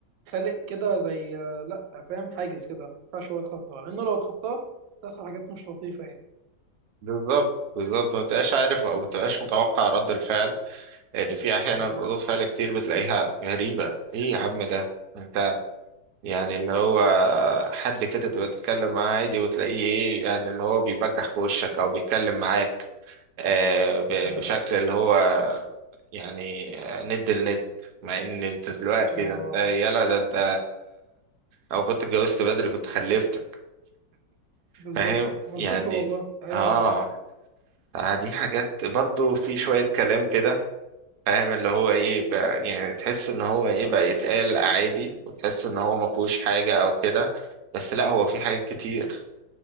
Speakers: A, on the right (about 85°); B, on the right (about 70°).
A: خالق كده زي لا فاهم حاجز كده ما ينفعش هو يتخطاه لانه لو اتخطاه تحصل حاجات مش لطيفه يعني
B: بالظبط بالظبط ما تبقاش عارف او ما تبقاش متوقع رد الفعل لان في احيانا
A: بالظبط
B: ردود فعل كتير بتلاقيها غريبة ايه يا عم ده انت يعني اللي هو حد كده تبقى تتكلم معاه عادي وتلاقيه ايه يعني اللي هو بيبجح في وشك او بيتكلم معاك آه، ب-
A: ايوه
B: بشكل
A: ايوه
B: اللي هو يعني آه، ند لند مع ان انت دلوقتي
A: اه
B: ده انت يلا ده انت او كنت اتجوزت بدري كنت خلفتك
A: بالظبط
B: فاهم
A: منطقي
B: يعني
A: والله ايوه
B: اه
A: ايوه
B: آه، دي حاجات برضو في شوية كلام كده فاهم اللي هو ايه بقى يعني تحس ان هو ايه بقى يتقال عادي وتحس ان هو ما فيهوش حاجة او كده بس لا هو في حاجات كتير